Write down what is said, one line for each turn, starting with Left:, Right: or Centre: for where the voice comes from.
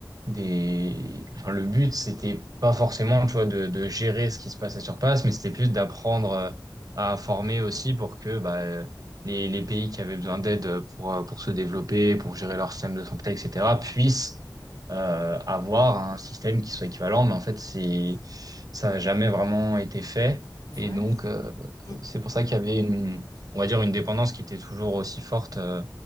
Right: des. Enfin, le but, c'était pas forcément, tu vois, de, de gérer ce qui se passait sur place, mais c'était plus d'apprendre euh, à former aussi pour que bah, euh, les, les pays qui avaient besoin d'aide euh, pour, euh, pour se développer, pour gérer
Left: oui.
Right: leur système de santé, etc., puissent euh, avoir un système qui soit équivalent, mais en fait, c'est, ça n'a jamais vraiment été fait.
Left: Voilà.
Right: Et donc, euh,
Left: Mm.
Right: c'est pour ça qu'il y avait une, on va dire, une dépendance qui était toujours aussi forte, euh,